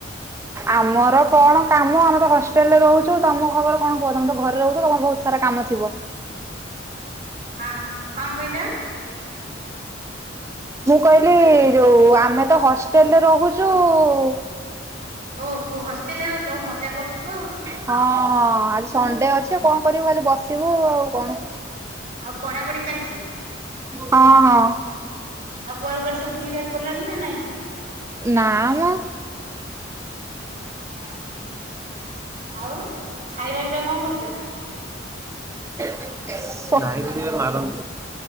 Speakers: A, on the right; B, on the right.
A: ଆମର କଣ କାମ ଆମେ ତ ହଷ୍ଟେଲ ରେ ରହୁଛୁ ତମ ଖବର କଣ କୁହ? ତମେ ତ ଘରେ ରହୁଛ ତମର ବହୁତ ସାରା କାମ ଥିବ।
B: ହାଁକଣ କହିଲ?
A: ମୁଁ କହିଲି
B: ହ୍ୟାଲୋ
A: ଯୋଉ ଆମେ ତ ହସ ଷ୍ଟେଲ ରେ ରହୁଛୁ ଉ ଉ
B: ଓହୋ ହଷ୍ଟେଲ ରେ ରହୁଛ ମଜା କରୁଥିବ ଆଉ।
A: ହଁ ଅ ଆଜି ସଣ୍ଡେ ଅଛି କଣ କରିବୁ ଖାଲି ବସିବୁ ଆଉ କଣ।
B: ଆଉ ପଢା ପଢି ଚାଲିଛି।
A: ହଁ ହଁ।
B: ଆଉ କୁଆଡେ କୁଆଡେ ସବୁ ବୁଲିବାକୁ ଗଲଣି ନା ନାଇଁ?
A: ନାମ୍
B: ଓହୋ ଆଉ ଖାଇବା ପିଇବା କଣ କରିଛ?
A: କଣ କହିଲ?